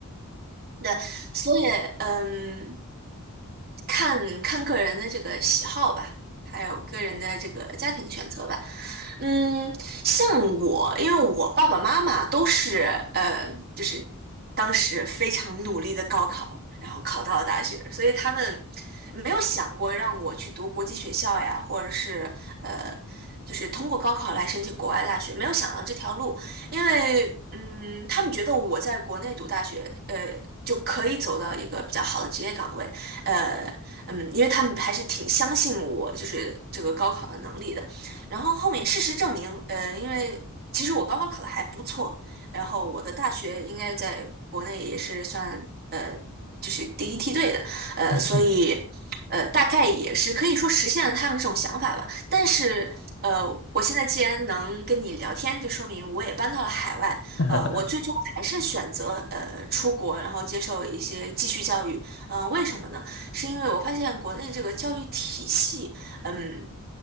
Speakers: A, on the right (about 45°); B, on the left (about 55°).
A: 对，所以嗯，看看个人的这个喜好吧，还有个人的这个家庭选择吧。嗯，像我，因为我爸爸妈妈都是呃，就是当时非常努力的高考，然后考到了大学，所以他们没有想过让我去读国际学校呀，或者是呃，就是通过高考来申请国外大学，没有想到这条路。因为嗯，他们觉得我在国内读大学，呃，就可以走到一个比较好的职业岗位，呃，嗯，因为他们还是挺相信我，就是这个高考的能力的。然后后面事实证明，呃，因为其实我高考考的还不错，然后我的大学应该在国内也是算呃，就是第一梯队的，呃，
B: 嗯嗯，
A: 所以呃，大概也是可以说实现了他们这种想法吧。但是，呃，我现在既然能跟你聊天，就说明我也搬到了海外。
B: <laughs>
A: 呃，我最终还是选择呃出国，然后接受一些继续教育。嗯、呃为什么呢？是因为我发现国内这个教育体系，嗯，